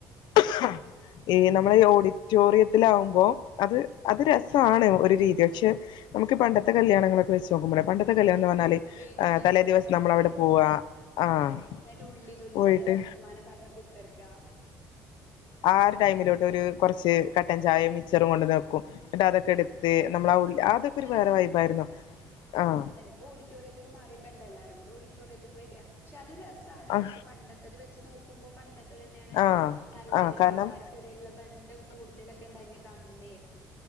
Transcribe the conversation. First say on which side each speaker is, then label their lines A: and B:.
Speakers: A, on the left; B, on the left.
A: <unintelligible> ഈ നമ്മളെഈ ഓഡിറ്റോറിയത്തിലാകുമ്പോ അത് അത് രസാണ് ഒരു രീതി പക്ഷെ നമുക്ക് പണ്ടത്തെ കല്യാണങ്ങളൊക്കെ വെച്ച് നോകുമ്പളെ പ ണ്ടത്തെ
B: അതെ
A: കല്യാണം എന്ന് പറഞ്ഞാല്
B: വൈകുന്നേരങ്ങളിലായാല്
A: തലേ ദിവസം നമ്മൾ അവിടെ പോവാ ആഹ്
B: അതെ എന്നിട്ട് ഉള്ളി തൊലിച്ച്
A: പോയിട്ട്
B: അങ്ങനെ വർത്തമാനം പറഞ്ഞ് കുത്തിർക്ക
A: ആഹ് ഒരു ടൈമിലോട്ട് ഒരു കുറച്ച് കട്ടൻ ചായയും മിച്ചറും കൊണ്ടന്ന്‌ ക്കും അതൊക്കെ എടുത്ത്
B: ആഹ്
A: നമ്മൾ ആ ഉ അതൊക്കെ
B: അങ്ങനെ
A: ഒരു വേറെ വൈബ് ആയിരുന്നു ആഹ്
B: ഇപ്പോ ഓഡിറ്റോറിയത്തക്ക് മാറിയപ്പോ ന്താ എല്ലാരും കൂടി ഓഡിറ്റോറിയത്തെക്ക് വര പക്ഷെ അത് രസാണ്
A: ആ
B: പക്ഷെ പണ്ടത്തത് വെച്ച് നോക്കുമ്പോ പണ്ടത്തെ തന്നെയാണ്
A: ആഹ്
B: നല്ലത്
A: ആഹ് കാരണം
B: ആൾക്കാർക് ക്കെടേലുള്ള ബന്ധം കൂടുതലൊക്കെ ഉണ്ടായിഞ്ഞത് അന്നേയിരുന്നു